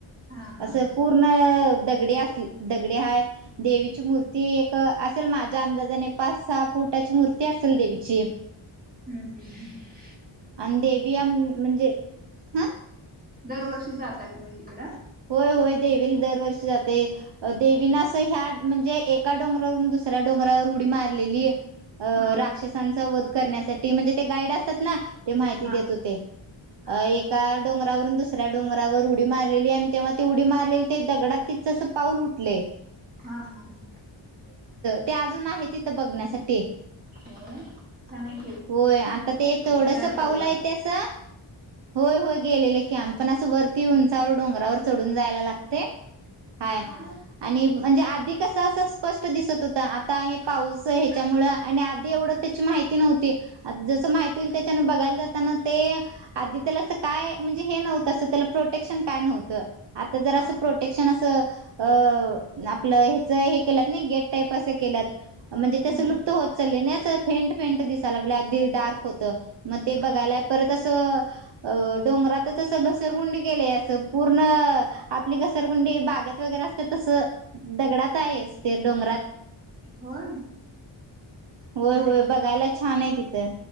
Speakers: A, on the right; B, on the right.
A: हा हा
B: असं
A: हा
B: पूर्ण दगडे अस दगडे हाय देवीची मूर्ती एक असेल माझ्या अंदाजाने पाच सहा फुटाची मूर्ती असेल देवीची
A: हम्म हम् हम्.
B: अन देवी म्हणजे ह
A: दरवर्षी जाताय तुम्ही तिकडं?
B: होय. होय. देवीला दरवर्षी जाते. देवीनं असं ह्या म्हणजे एका डोंगरावरून दुसऱ्या डोंगरावर उडी मारलेली अ
A: हा
B: राक्षसांचा
A: हा
B: वध करण्यासाठी म्हणजे ते गाईड असतात ना ते माहिती
A: हा
B: देत होते.
A: हा हा
B: एका डोंगरावरून दुसऱ्या डोंगरावर उडी मारलेली आणि तेव्हा ती उडी मारलेली ते दगडात तिचं असं पाऊल उठले.
A: हा हा हा.
B: ते अजून आहे तिथं बघण्यासाठी ते
A: होय छान आहे की
B: होय. आता ते थोडस
A: मग जायला पाहिजे
B: पाऊल
A: बा
B: आहे ते अस होय होय गेलेलं, आमी पण असं वर ती उंचावर डोंगरावर चढून जायला लागतय. हाय.
A: हा हा
B: आणि म्हणजे आधी कस स्पष्ट दिसत होत. आता हे पाऊस ह्याच्यामुळ आणि आधी एवढं त्याची माहिती नव्हती. जसं माहिती होईल त्याच्यान बघायला जाताना ते आधी त्याला अस काय म्हणजे हे नव्हतं अस त्याला प्रोटेक्शन काय नव्हत. आता जर असं
A: हा
B: प्रोटेक्शन असं अ आपलं हेच एक असं गेट टाईप केल्यात. म्हणजे तस
A: हम्म
B: लुप्त होत चाल्यानई फेंट फेंट दिसाय लागलय. अधदी डार्क होतं. मग ते बघायलाय.
A: हा
B: परत असं अ डोंगरातच अस घसरगुंडी केलय. अस पूर्ण आपली घसरगुंडी बागेत वगैरे असत्यात तस दगडात आहेस. ते डोंगरात
A: होय.
B: होय
A: छान
B: होय
A: आहे की
B: बघायला छान आहे. तिथं.